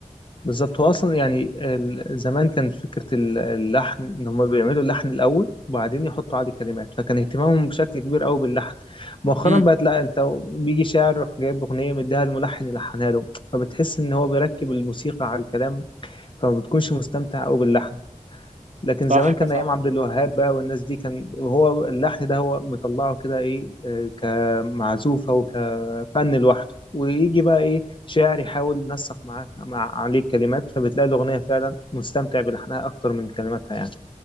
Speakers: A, on the left; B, on the right.
A: بالظبط هو اصلا يعني ال- زمان كان فكره ال- اللحن ان هم بيعملوا اللحن الاول وبعدين يحطوا عليه كلمات فكان اهتمامهم بشكل كبير قوي باللحن مؤخرا
B: امم
A: بقت لا انت بيجي شاعر يروح جايب اغنيه مديها الملحن يلحنها له فبتحس ان هو بيركب الموسيقى على الكلام فما بتكونش مستمتع قوي باللحن لكن
B: صح
A: زمان كان
B: صح
A: ايام عبد الوهاب بقى والناس دي كان هو اللحن ده هو مطلعه كده ايه آه، كمعزوفه وكفن لوحده ويجي بقى ايه شاعر يحاول ينسق معاه مع عليه الكلمات فبتلاقي الاغنيه فعلا مستمتع بلحنها اكتر من كلماتها يعني